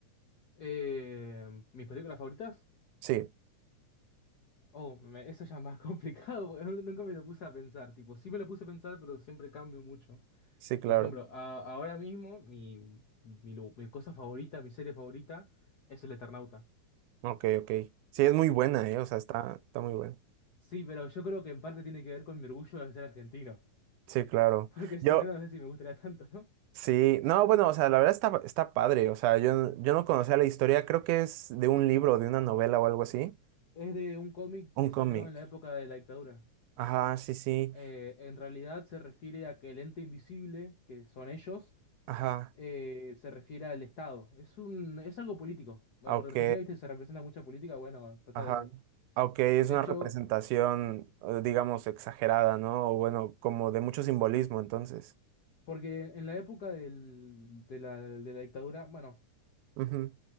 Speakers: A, on the left; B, on the right.
A: Eh, ¿mis películas favoritas?
B: Sí,
A: Oh, me- eso ya es más <laughs> complicado, porque nu- nunca me lo puse a pensar. Tipo, sí me lo puse a pensar, pero siempre cambio mucho.
B: sí, claro.
A: Por ejemplo, a- ahora mismo mi, mi, lu- mi cosa favorita, mi serie favorita, es El Eternauta.
B: Ok, ok. Sí, es muy buena, ¿eh? O sea, está, está muy buena.
A: Sí, pero yo creo que en parte tiene que ver con mi orgullo de ser argentino.
B: Sí, claro.
A: <laughs> Porque
B: Yo,
A: si no, no sé si me gustaría tanto.
B: sí, no, bueno, o sea, la verdad está, está padre. O sea, yo, yo no conocía la historia, creo que es de un libro, de una novela o algo así.
A: Es de un cómic que
B: Un
A: salió
B: cómic.
A: en la época de la dictadura.
B: Ajá, sí, sí.
A: Eh, en realidad se refiere a que el ente invisible, que son ellos,
B: Ajá.
A: eh, se refiere al Estado. Es un, es algo político. Bueno,
B: Ah,
A: porque
B: Ok.
A: Argentina, viste, se representa mucha política, bueno, trata
B: Ajá.
A: de eso.
B: Aunque es
A: De
B: una
A: hecho,
B: representación, eh, digamos, exagerada, ¿no? O bueno, como de mucho simbolismo, entonces.
A: porque en la época del- de la, de la dictadura, bueno,
B: Ujú.